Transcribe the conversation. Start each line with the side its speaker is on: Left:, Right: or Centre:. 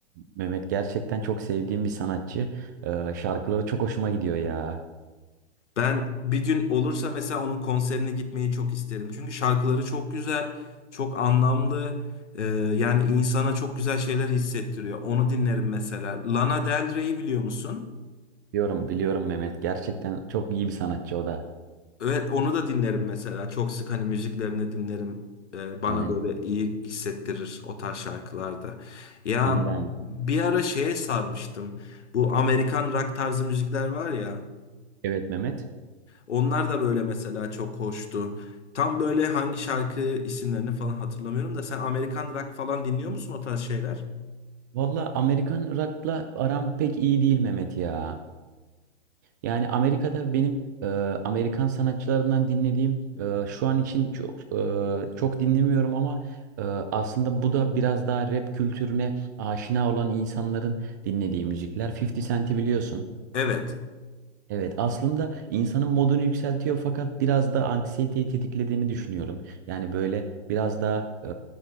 Right: Mehmet gerçekten çok sevdiğim bir sanatçı. E, şarkıları çok hoşuma gidiyor ya.
Left: Ben bir gün olursa mesela onun konserine gitmeyi çok isterim. Çünkü şarkıları çok güzel, çok anlamlı. E, yani insana çok güzel şeyler hissettiriyor. Onu dinlerim mesela. Lana Del Rey'i biliyor musun?
Right: Biliyorum biliyorum Mehmet gerçekten çok iyi bir sanatçı o da.
Left: Evet, onu da dinlerim mesela. Çok sık hani müziklerini dinlerim. Ee, bana
Right: Aynen.
Left: böyle iyi hissettirir o tarz şarkılarda. Ya
Right: Beni de aynı.
Left: bir ara şeye sarmıştım. Bu Amerikan rock tarzı müzikler var ya.
Right: Evet Mehmet.
Left: Onlar da böyle mesela çok hoştu. Tam böyle hangi şarkı isimlerini falan hatırlamıyorum da sen Amerikan rock falan dinliyor musun o tarz şeyler?
Right: Valla Amerikan rock'la aram pek iyi değil Mehmet ya. Yani Amerika'da benim e, Amerikan sanatçılarından dinlediğim e, şu an için çok e, çok dinlemiyorum ama e, aslında bu da biraz daha rap kültürüne aşina olan insanların dinlediği müzikler. 50 Cent'i biliyorsun.
Left: Evet.
Right: Evet, aslında insanın modunu yükseltiyor fakat biraz da anksiyeteyi tetiklediğini düşünüyorum. Yani böyle biraz da